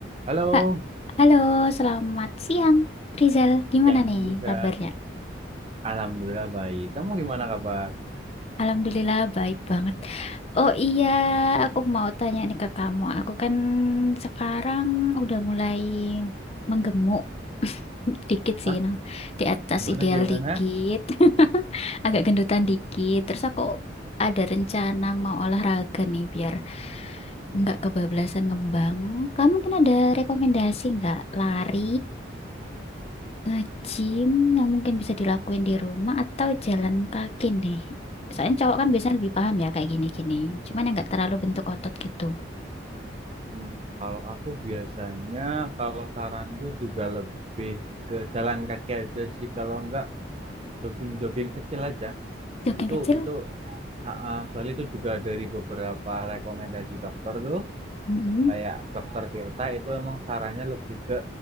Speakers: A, on the right; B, on the left.
A: Halo,
B: Ha- Halo, selamat siang. Rizal, gimana
A: yang
B: nih
A: juga.
B: kabarnya?
A: Alhamdulillah baik. Kamu gimana kabar?
B: Alhamdulillah baik banget. Oh iya, aku mau tanya nih ke kamu. Aku kan sekarang udah mulai menggemuk <laughs> dikit sih,
A: Hah?
B: Nam. di atas
A: Gimana
B: ideal
A: gimana?
B: dikit, <laughs> agak gendutan dikit. Terus aku ada rencana mau olahraga nih biar nggak kebablasan ngembang. Kamu mungkin ada rekomendasi nggak? Lari Ngajim yang mungkin bisa dilakuin di rumah atau jalan kaki nih. Soalnya cowok kan biasanya lebih paham ya kayak gini-gini. Cuman yang nggak terlalu bentuk otot gitu.
A: Hmm, kalau aku biasanya kalau saran gue juga lebih ke jalan kaki aja sih. Kalau enggak jogging-jogging kecil aja.
B: Jogging
A: Itu
B: kecil?
A: itu ah, ah, soalnya itu juga dari beberapa rekomendasi dokter tuh
B: Mm-mm.
A: kayak dokter Tirta itu emang sarannya lebih ke